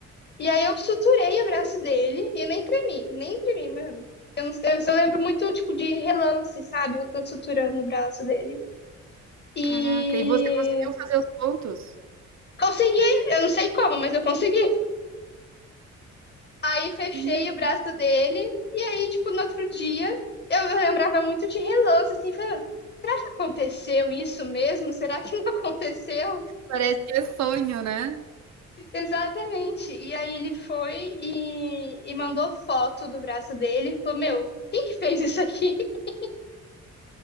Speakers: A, on the left; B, on the right.
A: E aí eu suturei o braço dele e eu nem tremi, nem tremi, mano. Eu, não, eu só lembro muito, tipo, de relance, sabe? Eu, eu suturando o braço dele. E
B: Caraca, e você conseguiu fazer os pontos?
A: Consegui, eu não sei como, mas eu consegui. Aí fechei
B: Meu
A: o braço dele, e aí, tipo, no outro dia, eu lembrava muito de relance, assim, falando, será que aconteceu isso mesmo? Será que não <laughs> aconteceu?
B: Parece que é sonho, né?
A: Exatamente. E aí ele foi e, e mandou foto do braço dele e falou, meu, quem que fez isso aqui? <laughs>